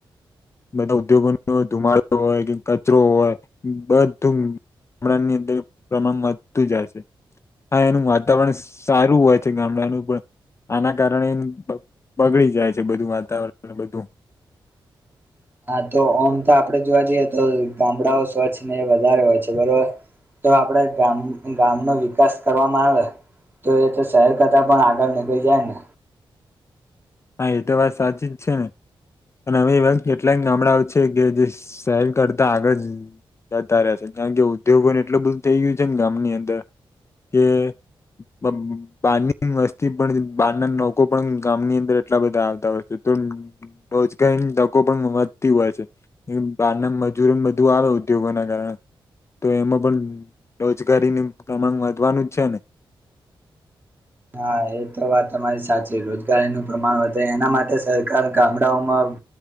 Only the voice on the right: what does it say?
<inaudible> હા તો ઓમ તો આપડે જોવા જઈએ તો ગામડાઓ સ્વચ્છ ને એ વધારે હોય છે બરોબર. તો આપડે ગામ ગામ નો વિકાસ કરવામાં આવે. તો એ તો શહેર કરતા પણ આગળ નીકળી જાય ને.
<inaudible> હા એ તો વાત તમારી સાચી રોજગારીનું પ્રમાણ વધે એના માટે સરકાર ગામડાઓમાં.